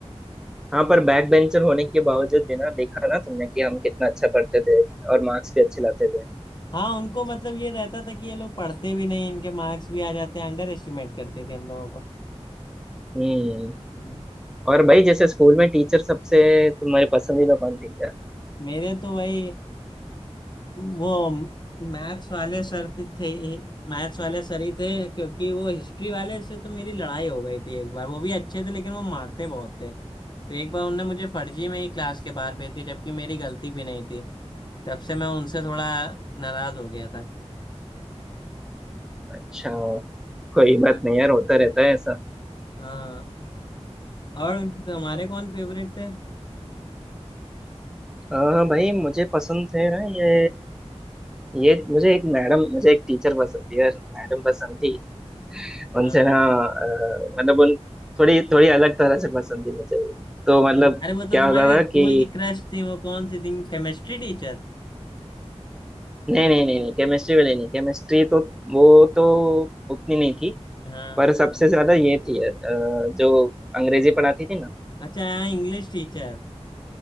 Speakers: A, in the centre; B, on the left (about 40°).
A: हाँ पर बैक बेंचर होने के बावजूद भी ना देखा ना तुमने कि हम कितना अच्छा पढ़ते थे और मार्क्स भी अच्छे लाते थे
B: हाँ उनको मतलब ये रहता था कि ये लोग पढ़ते भी नहीं इनके मार्क्स भी आ जाते हैं अंडर एस्टिमेट करती थी हम लोगों को
A: हम्म
B: हम्म।
A: और भाई जैसे स्कूल में टीचर सबसे तुम्हारे पसंदीदा कौन थी यार
B: मेरे तो वही वो मैथ्स वाले सर थे थे- मैथ्स वाले सर ही थे क्योंकि वो हिस्ट्री वाले से तो मेरी लड़ाई हो गई थी एक बार वो भी अच्छे थे लेकिन वो मारते बहुत थे तो एक बार उनने मुझे फर्जी में ही क्लास के बाहर भेज दिया जबकि मेरी गलती भी नहीं थी तब से मैं उनसे थोड़ा नाराज हो गया था
A: अच्छा कोई बात
B: हाँ
A: नहीं यार होता रहता है ऐसा
B: हाँ। और तुम्हारे कौन फेवरेट थे
A: हाँ भाई मुझे पसंद थे ना ये ये मुझे एक मैडम मुझे एक टीचर पसंद थी यार मैडम पसंद थी उनसे
B: हाँ
A: ना अ, मतलब उन थोड़ी थोड़ी अलग तरह से पसंद थी मुझे तो मतलब
B: हम्म, अरे वो तो
A: क्या
B: तुम्हारी
A: होता था
B: स्कूल
A: कि
B: की क्रश थी वो कौन सी थी केमिस्ट्री टीचर
A: नहीं नहीं नहीं नहीं केमिस्ट्री वाली नहीं केमिस्ट्री तो वो तो उतनी नहीं थी
B: हाँ
A: पर सबसे ज्यादा ये थी यार अ, जो अंग्रेजी पढ़ाती थी ना
B: अच्छा हाँ इंग्लिश टीचर